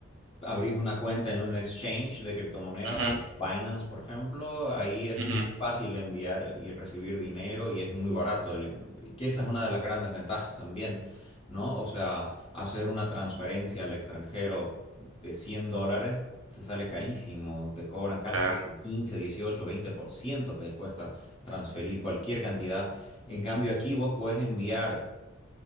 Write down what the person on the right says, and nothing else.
Ujú,
ujú,
Claro.